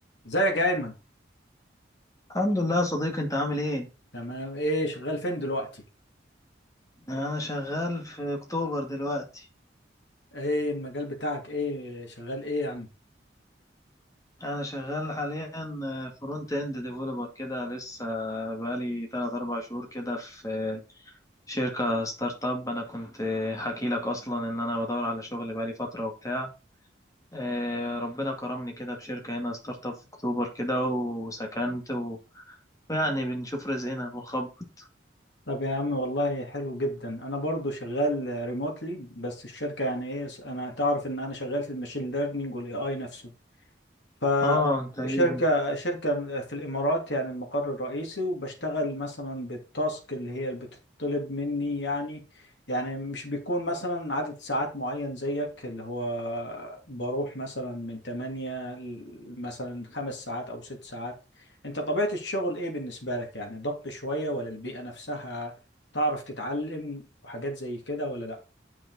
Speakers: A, on the left; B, on the left.
A: ازيك يا ايمن
B: الحمد لله يا صديقي انت عامل ايه
A: تمام ايه شغال فين دلوقتي
B: انا شغال في اكتوبر دلوقتي
A: ايه المجال بتاعك ايه شغال ايه يعني
B: انا شغال حاليا فرونت اند ديفلوبر كده لسه بقالي 3 4 شهور كده في شركة ستارت اب انا كنت حكي لك اصلا ان انا بدور على شغل بقالي فترة وبتاع اه، ربنا كرمني كده بشركة هنا ستارت اب في اكتوبر كده وسكنت و- ويعني بنشوف رزقنا بنخبط
A: طب يا عم والله حلو جدا انا برضو شغال ريموتلي بس الشركه يعني ايه انا تعرف ان انا شغال في الماشين ليرنينج والاي اي نفسه ف
B: اه انت ايه
A: شركة شركة في الإمارات يعني المقر الرئيسي وبشتغل مثلا بالتاسك اللي هي اللي بتطلب مني يعني يعني مش بيكون مثلا عدد ساعات معين زيك اللي هو بروح مثلا من 8 ل- مثلا خمس ساعات أو ست ساعات أنت طبيعة الشغل إيه بالنسبة لك يعني ضغط شوية ولا البيئة نفسها تعرف تتعلم وحاجات زي كده ولا لأ؟